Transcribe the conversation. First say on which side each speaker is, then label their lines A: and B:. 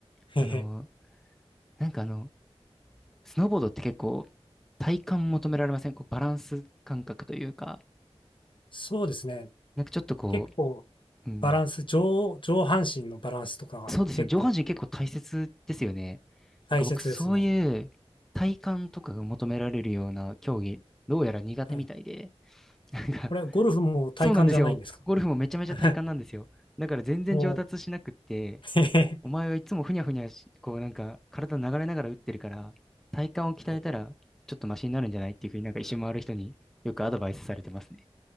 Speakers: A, on the left (about 50°); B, in the centre.
A: へへ。
B: あの、なんかあの、スノーボードって結構体感求められませんこうバランス感覚というか、
A: そうですね。
B: なんかちょっとこ
A: 結構、
B: う、うん、
A: バランス、上、上半身のバランスとかが結構
B: そうですよね。上半身結構大切ですよね。
A: 大切ですね。
B: なんか僕そういう体感とかが求められるような競技、どうやら苦手みたいで、
A: はい。
B: なんか
A: これはゴルフも体幹じゃないんですか
B: そうなんですよ。ゴルフもめちゃめちゃ体幹なんですよ。
A: <laughs>
B: だから全然上達しなくって、
A: もう、へへ。
B: お前はいつもふにゃふにゃし、こうなんか体流れながら打ってるから、体幹を鍛えたらちょっとマシになるんじゃないっていうふうになんか一周回る人によくアドバイスされてますね。
A: はい。